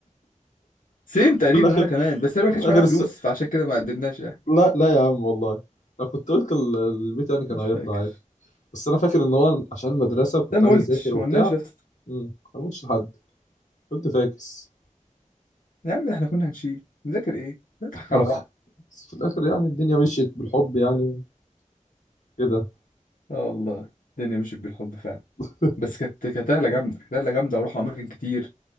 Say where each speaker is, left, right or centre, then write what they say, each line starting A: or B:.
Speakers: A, on the left; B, on the left.
A: سيم
B: <laughs>
A: تقريبا
B: وفي الآخر
A: وانا كمان بس تقريبا
B: في
A: ما كانش
B: الآخر
A: معانا فلوس
B: الس...
A: فعشان كده ما قدمناش يعني
B: لا لا يا عم والله أنا كنت قلت ال- البيت يعني كان
A: مش
B: هيرضى
A: فاكر
B: عادي بس أنا فاكر إن هو عشان المدرسة كنت
A: ده ما
B: عايز
A: قلتش
B: أذاكر وبتاع
A: ما قلناش يا اسطى
B: مم. ما قلتش لحد قلت فاكس
A: يا عم احنا كنا هنشيل نذاكر ايه نضحك
B: <laughs>
A: على بعض
B: بس في الاخر يعني الدنيا مشيت بالحب يعني كده
A: اه والله الدنيا مشيت بالحب فعلا
B: <laughs>
A: بس كانت كانت رحله جامده كانت رحله جامده وروح اماكن كتير